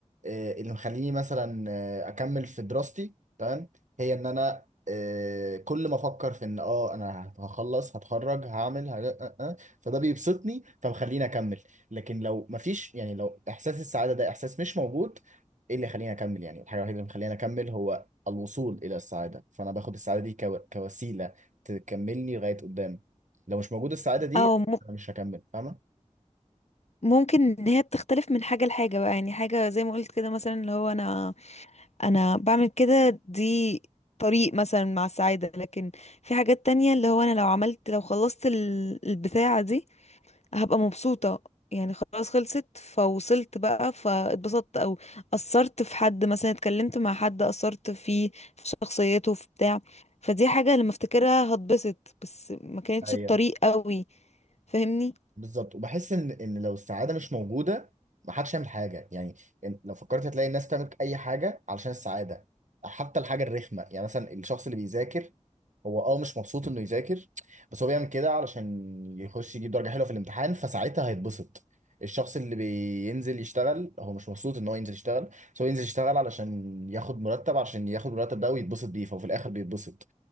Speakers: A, on the right (about 80°); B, on the left (about 60°).
A: آه، اللي مخليني مثلا آه، اكمل في دراستي تمام هي ان انا آه، كل ما افكر في ان اه انا هخلص هتخرج هعمل ه... آه، آه، فده بيبسطني فمخليني اكمل لكن لو مفيش يعني لو احساس السعادة ده احساس مش موجود ايه اللي يخليني اكمل يعني الحاجة الوحيدة اللي مخليني اكمل هو الوصول الى السعادة فانا باخد السعادة دي كو... كوسيلة تكملني لغاية قدام لو مش موجود السعادة دي
B: او م-
A: انا مش هكمل فاهمة
B: ممكن ان هي بتختلف من حاجة لحاجة بقى يعني حاجة زي ما قلت كده مثلا اللي هو انا انا بعمل كده دي طريق مثلا مع السعادة لكن في حاجات تانية اللي هو انا لو عملت لو خلصت ال- البتاعة دي هبقى مبسوطة يعني خلاص خلصت فوصلت بقى فاتبسطت او اثرت في حد مثلا اتكلمت مع حد اثرت فيه في شخصيته في بتاع فدي حاجة لما افتكرها هتبسط بس ما كانتش
A: ايوه
B: الطريق قوي فاهمني
A: بالظبط وبحس ان ان لو السعاده مش موجوده ما حدش يعمل حاجه يعني إن- لو فكرت هتلاقي الناس تعمل اي حاجه علشان السعاده حتى الحاجه الرخمه يعني مثلا الشخص اللي بيذاكر هو اه مش مبسوط انه يذاكر بس هو بيعمل كده علشان يخش يجيب درجه حلوه في الامتحان فساعتها هيتبسط الشخص اللي بينزل يشتغل هو مش مبسوط ان هو ينزل يشتغل بس هو ينزل يشتغل علشان ياخد مرتب علشان ياخد المرتب ده ويتبسط بيه فهو في الاخر بيتبسط